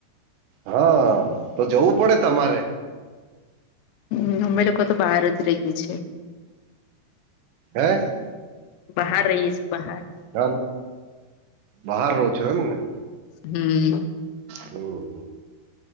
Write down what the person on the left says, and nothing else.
હમ અમે લોકો તો બહાર જ રહી ગએ છેી
બહાર રહીએ છ છે બહાર
હમ